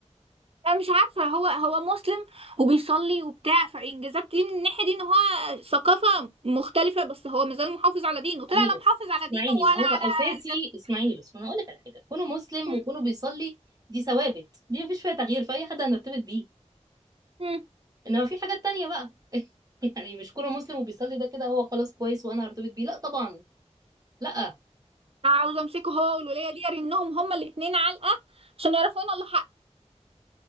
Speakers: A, on the right (about 55°); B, on the right (about 30°).
A: انا مش عارفه هو هو مسلم وبيصلي وبتاع فانجازات ليه من الناحيه دي ان هو ثقافه مختلفه بس هو مازال محافظ على دينه طلع
B: اسمعيني
A: لا
B: بس
A: محافظ على
B: اسمعيني
A: دينه ولا
B: ما هو
A: على
B: اساسي
A: ذاته
B: اسمعيني بس وانا هقول لك على حاجه كونه مسلم
A: م-
B: وكونه بيصلي دي ثوابت دي ما فيش فيها تغيير فاي حد هنرتبط بيه
A: م.
B: انما في حاجات تانية بقى <laughs> يعني مش كونه مسلم وبيصلي ده كده هو خلاص كويس وانا هرتبط بيه لا طبعا لا
A: <laughs> عاوز امسكه هو والوليه دي ارنهم هما الاثنين علقه عشان يعرفوا ان الله حق